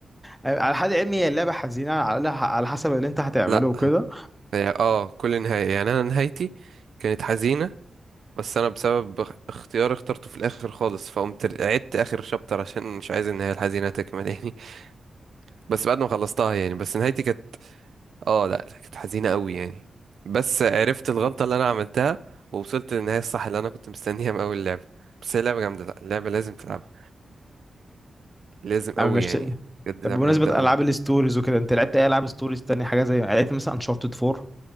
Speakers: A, in the centre; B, on the right.
A: على حد علمي هي اللعبة حزينة على الأقل ح- على حسب اللي أنت هتعمله
B: لا
A: وكده
B: هي اه كل نهاية يعني انا نهايتي كانت حزينة بس انا بسبب اخ- اختيار اخترته في الاخر خالص فقمت عدت اخر شابتر عشان مش عايز النهاية الحزينة تكمل يعني <laughs> بس بعد ما خلصتها يعني بس نهايتي كانت اه لا لا، كانت حزينة قوي يعني بس عرفت الغلطة اللي انا عملتها ووصلت للنهاية الصح اللي انا كنت مستنيها من اول اللعبة بس هي لعبة جامدة لا اللعبة لازم تلعبها لازم قوي
A: أنا مش
B: يعني بجد
A: طب
B: لعبة
A: بمناسبة
B: جامدة قوي
A: ألعاب الستوريز وكده أنت لعبت أي ألعاب ستوريز تانية حاجة زي يعني لعبت مثلا أنشارتد 4